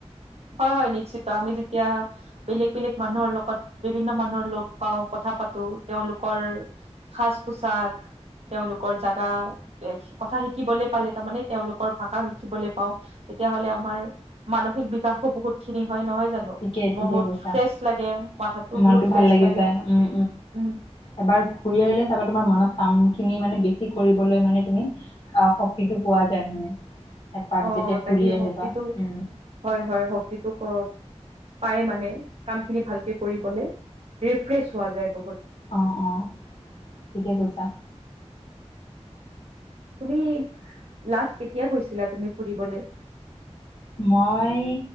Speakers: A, on the right (about 65°); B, on the left (about 55°).
A: হয় হয়, নিশ্চিত। আমি যেতিয়া- বেলেগ বেলেগ মানুহৰ লগত। বিভিন্ন মানুহৰ লগ পাওঁ, কথা পাতো। তেওঁলোকৰ সাজ-পোছাক। তেওঁলোকৰ জেগা। এ কথা শিকিবলৈ পালে, তাৰমানে তেওঁলোকৰ ভাষা শিকিবলৈ পাওঁ। তেতিয়াাহ'লে আমাৰ মানসিক বিকাশো বহুত খিনি হয় নহয় জানো?
B: ঠিকে ঠিকে
A: বহুত
B: কৈছা
A: ফ্ৰেচ লাগে, মাথাটো
B: মনটো
A: বহুত ফ্ৰেচ
B: ভাল লাগি
A: লাগে।
B: যায় উম
A: উম।
B: এবাৰ ঘূৰি আহিলে চাবা তোমাৰ মনত কামখিনি মানে বেছি কৰিবলৈ মানে তুমি অঁ, শক্তিটো পোৱা যায়। মানে, এপাক
A: অ
B: যেতিয়া
A: তাকে
B: ঘুৰি আহিবা,
A: শক্তিটো
B: উম।
A: হয়, হয়। শক্তিটোক অ পাই মানে। কামখিনি ভালকে কৰিবলে ৰিফ্ৰেছ হোৱা যায় বহুত।
B: অঁ, অঁ ঠিকে কৈছা।
A: তুমি, লাষ্ট কেতিয়া গৈছিলা তুমি ফুৰিবলে?
B: মই